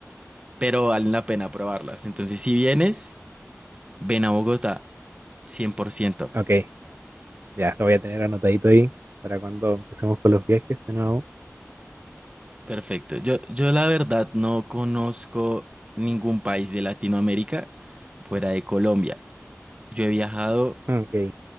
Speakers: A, on the right (about 20°); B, on the right (about 45°).
A: pero valen la pena probarlas. Entonces, si vienes, ven a Bogotá, cien por ciento
B: Ok, ya lo voy a tener anotadito ahí para cuando empecemos con los viajes de nuevo.
A: Perfecto. Yo, yo la verdad no conozco ningún país de Latinoamérica fuera de Colombia. Yo he viajado
B: Ok,